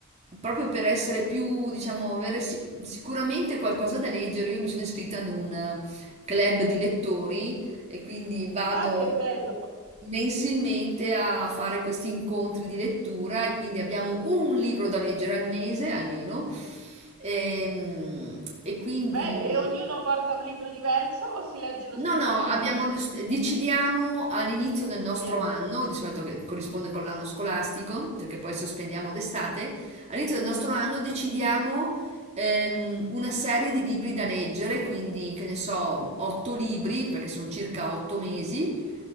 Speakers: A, on the right; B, on the right.
A: proprio per essere più, diciamo, avere si- sicuramente qualcosa da leggere, io mi sono iscritta ad un club di lettori e quindi vado
B: Ah, che bello!
A: mensilmente a fare questi incontri di lettura e quindi abbiamo un libro da leggere al mese almeno. Ehm, E, quindi
B: Bene, e ognuno porta un libro diverso o si legge lo stesso
A: No, no,
B: libro
A: abbiamo- decidiamo all'inizio del nostro
B: insieme?
A: anno, di solito che corrisponde con l'anno scolastico, perché poi sospendiamo d'estate, all'inizio del nostro anno decidiamo ehm, una serie di libri da leggere, quindi che ne so, otto libri, perché sono circa otto mesi,